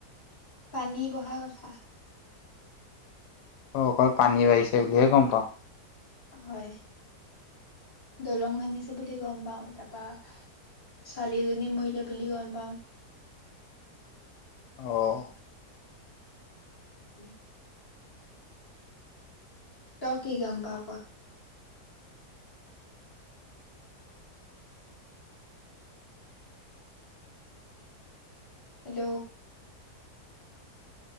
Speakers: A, on the left; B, on the left.
A: পানী বঢ়হা কথা।
B: অ', অকল পানী বাঢ়িছে বুলিহে গম পাওঁ?
A: হয়, দলং ভাঙিছে বুলি গম পাও তাৰ বা ছোৱালি এজনী মৰিলে বুলি গম পাও।
B: অ'
A: <unintelligible> তই কি গম পাৱ ক? হেল্ল'?